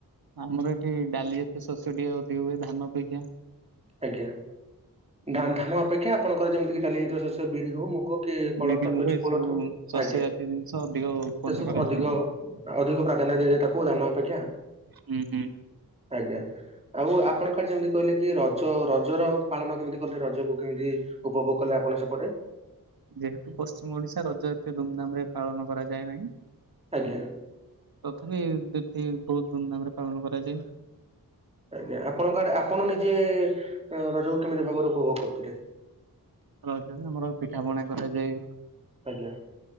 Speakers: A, on the right; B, on the right.
A: ଆମର ଏଠି ଡାଲି ଜାତୀୟ ସସ୍ୟ ଟିକେ ଅଧିକ ହୁଏ ଧାନ ଅପେକ୍ଷା।
B: ଆଜ୍ଞା
A: ଉଁ।
B: ଧା ଧାନ ଅପେକ୍ଷା ଆପଣଙ୍କର ଯେମିତିକି ଡ଼ାଲି ଜାତୀୟ ଶସ୍ୟ ବିରି ହଉ ମୁଗ କି କୋଳଥ
A: ବିରି ମୁଗ
B: ହଉଚି
A: ଏସବୁ
B: କୋଳଥ
A: ଶସ୍ୟ
B: ଆଜ୍ଞା
A: ଜାତୀୟ ଜିନିଷ ଅଧିକ ଉତ୍ପନ୍ନ
B: ସେସବୁ
A: କରାଯାଏ
B: ଅଧିକ ଅଧିକ ପ୍ରାଧାନ୍ୟ ଦିଆଯାଏ ତାକୁ ଧାନ ଅପେକ୍ଷା
A: ହୁଁ ହୁଁ।
B: ଆଜ୍ଞା ଆଉ ଆପଣ ଆଡ଼େ ଯେମିତି କହିଲେକି ରଜ ରଜର ପାଳନ କେମିତି କଲେ ରଜକୁ? କେମିତି ଉପଭୋଗ କଲେ ଆପଣ ସେପଟେ?
A: ଯେହେତୁ ପଶ୍ଚିମ ଓଡ଼ିଶା ରଜ ଏତେ ଧୁମଧାମରେ ପାଳନ କରାଯାଏ ନାହିଁ।
B: ଆଜ୍ଞା।
A: ତଥାପି ଏଠି ବହୁତ୍ ଧୁମ୍ ଧାମ୍ ରେ ପାଳନ କରାଯାଏ।
B: ଆଜ୍ଞା ଆପଣଙ୍କ ଆଡ଼େ ଆପଣ ନିଜେ ରଜକୁ କେମିତି ଭଲରେ ଉପଭୋଗ କରୁଥିଲେ।
A: ରଜରେ ଆମର ପିଠାପଣା କରାଯାଏ।
B: ଆଜ୍ଞା